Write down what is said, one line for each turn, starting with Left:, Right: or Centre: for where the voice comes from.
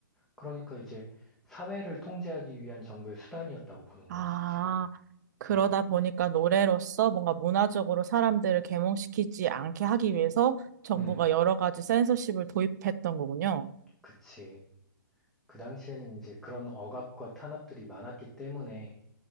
Centre: 그러니까 이제 사회를 통제하기 위한 정부의 수단이었다고 보는
Right: 아,
Centre: 거지, 지금.
Right: 그러다
Centre: 음,
Right: 보니까 노래로서 뭔가 문화적으로 사람들을 계몽시키지 않게 하기 위해서 정부가
Centre: 음,
Right: 여러 가지 센서십을 도입했던 거군요.
Centre: 그치. 그 당시에는 이제 그런 억압과 탄압들이 많았기 때문에,